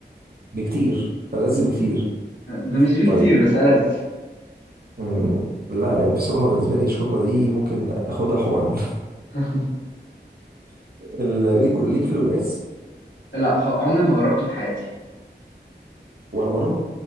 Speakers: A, on the right; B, on the left.
A: بكتير ألذ بكتير
B: <laughs> مش بكتير
A: طيب
B: بس ألذ
A: مم، لا يعني بصراحة بالنسبة لي الشوربة دي ممكن اخدها حقن
B: <laughs>
A: <laughs> ال- ليك ليك في القلقاس
B: لا خ- عمري ما جربته في حياتي
A: ولا مرة